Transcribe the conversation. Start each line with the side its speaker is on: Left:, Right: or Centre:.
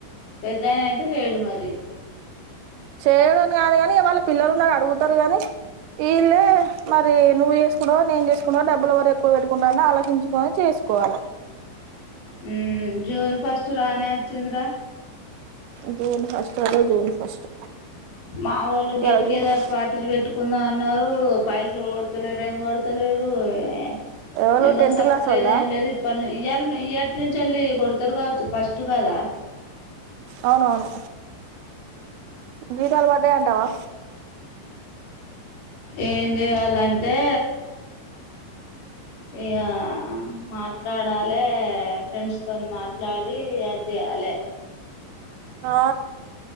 Left: పెద్దాయన అయితే లేడు మరి
Right: చేయడంని కాదు కాని వాళ్ళ పిల్లలు ఉన్నరు అడుగుతారు కానీ వీళ్ళే మరి నువ్వు చేసుకుంటవ నేను చేసుకుంటవా డబ్బులు ఎ వర ఎక్కువ పెట్టుకుంటావ అని ఆలోచించుకని చేసుకోవాలి
Left: హ్మ్ జూన్ ఫస్ట్ రానే వచ్చింద్ర
Right: జూన్ ఫస్ట్ అదే జూన్ ఫస్ట్
Left: మా వోళ్ళు
Right: ఇవాళ
Left: గెట్టుగెదర్
Right: జూన్ ఫస్ట్
Left: పార్టీ పెట్టుకుందాం అన్నా ఎవరు పైసలు కొడతలేరు ఏం కొడతలేరు ఏ
Right: ఎవలు
Left: ఎవ్వని
Right: టెన్త్
Left: చెప్పలేదు
Right: క్లాస్ వాళ్ళ
Left: ఏం లేదు ఇప్ప ఇయ్యాల ఇయ్యాలటి నుంచి వెళ్ళి కొడతారు కావచ్చు ఫస్ట్ కదా
Right: అవునవును నీది అలవాటే అంటావా
Left: ఏం చేయాలంటే ఇగా మాట్లాడాలే ఫ్రెండ్స్ తోని మాట్లాడి యాది చేయాలి
Right: ఆ